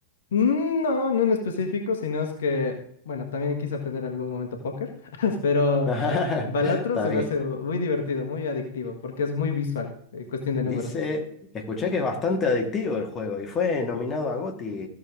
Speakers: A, on the left (about 60°); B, on the left (about 25°).
A: Mm, No, no en específico, sino es que, bueno, también quise aprender en algún momento póker, <laughs> pero
B: <laughs> Está
A: Balatro se me
B: bien.
A: hace muy divertido, muy adictivo, porque es muy visual, eh, cuestión de números
B: Dice,
A: y eso.
B: escuché que es bastante adictivo el juego y fue nominado a GOTY